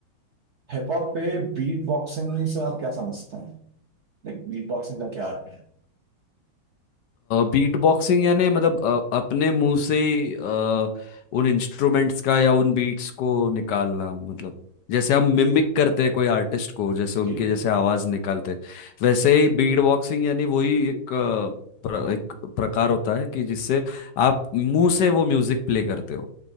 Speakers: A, on the right; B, on the left.
A: हिप हॉप पे बीट बॉक्सिंग से आप क्या समझते हैं लाइक बीट बॉक्सिंग का क्या अर्थ है
B: बीट बॉक्सिंग यानी मतलब अ, अपने मुंह से ही अ, उन इंस्ट्रूमेंट्स का या उन बीट्स को निकालना मतलब जैसे हम मिमिक करते हैं कोई आर्टिस्ट को जैसे उनकी
A: जी जी
B: जैसे
A: जी,
B: आवाज निकालते हैं, वैसे ही बीट बॉक्सिंग यानी वही एक अ, प्र, एक प्रकार होता है कि जिससे आप मुंह से वो म्यूजिक प्ले करते हो